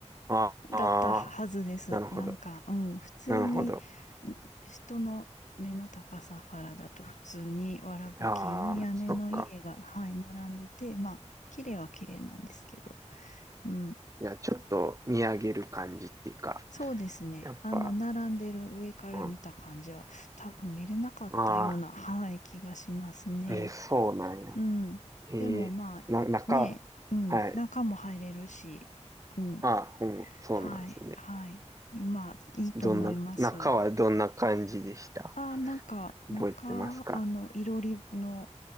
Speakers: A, on the right; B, on the left.
A: ああ、
B: だったはずです。
A: なるほど。
B: なんか、うん、普通に、
A: なるほど。
B: うん人の目の高さからだと普通にわらぶき屋根の家が、
A: ああ、そっか。
B: はい、並んでて、まあ、綺麗は綺麗なんですけど、うん、
A: いや、ちょっと見上げる感じっていうか、
B: そうですね。
A: やっぱ、
B: あの、並んでる上から見た感じは、
A: うん。
B: 多分見れなかったような、
A: ああ、
B: はい、気がしますね。
A: えーそうなんや。
B: うん。
A: えーな、
B: でも、まあ、いね、
A: 中、
B: うん、
A: はい。
B: 中も入れるし、うん、
A: ああ、うん、そうなんですね。
B: はい、はい。まあ、いいと思います。
A: どんな、中はどんな感じでした
B: ああ、なんか、中、
A: 覚えてますか
B: あの、いろりの、